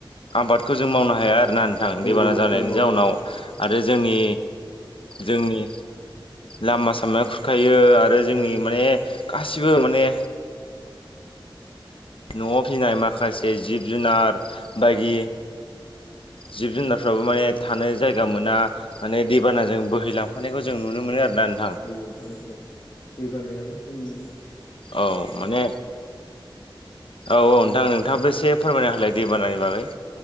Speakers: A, on the left (about 80°); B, on the left (about 55°).
A: आबादखौ जों मावनो हाया आरोना नोंथां दैबाना
B: औ नोंथां
A: जानायनि
B: औ
A: जाउनाव।
B: औ
A: आरो जोंनि जोंनि लामा सामाया खुरखायो आरो जोंनि माने गासिबो माने न'आव फिनाय माखासे जिब जुनार बायदि जिब जुनारफ्राबो माने थानो जायगा मोना। माने दैबानाजों बोहैलांफानायखौ जों नुनो मोनो आरो ना नोंथां।
B: औ नोंथां औ दै बानायाबो जों
A: औ माने औ औ नोंथां नोंथांङाबो एसे फोरमायना होलाय दैबानानि बागै।